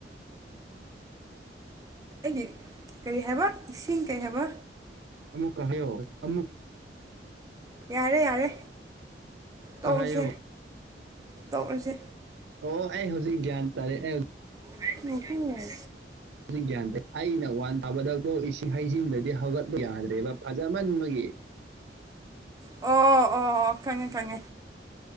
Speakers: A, on the right (about 20°); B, on the right (about 80°).
A: ꯑꯩꯒꯤ ꯀꯔꯤ ꯍꯥꯏꯕ ꯏꯁꯤꯡ ꯀꯔꯤ ꯍꯥꯏꯕ
B: ꯑꯃꯨꯛ ꯀ ꯍꯌꯣ ꯑꯃꯨꯛ
A: ꯌꯥꯔꯦ ꯌꯥꯔꯦ ꯇꯧꯔꯨꯁꯦ
B: ꯍꯥꯏꯌꯣ
A: ꯇꯧ ꯀꯁꯦ
B: ꯑꯣ ꯑꯩ ꯍꯧꯖꯤꯛ ꯒ꯭ꯌꯥꯟ ꯇꯥꯔꯦ ꯑꯩ
A: ꯑꯩ ꯃꯈꯅ
B: ꯍꯧꯖꯤꯛ ꯒ꯭ꯌꯥꯟ ꯇꯩ ꯑꯩꯅ ꯋꯥꯟ ꯊꯥꯕꯗꯣ ꯏꯁꯤꯡ ꯍꯩꯖꯤꯟꯕꯗꯤ ꯍꯧꯒꯠꯄ ꯌꯥꯗ꯭ꯔꯦꯕ ꯐꯖꯃꯟꯕꯒꯤ
A: ꯑꯣ ꯑꯣ ꯑꯣ ꯈꯪꯉꯦ ꯈꯪꯉꯦ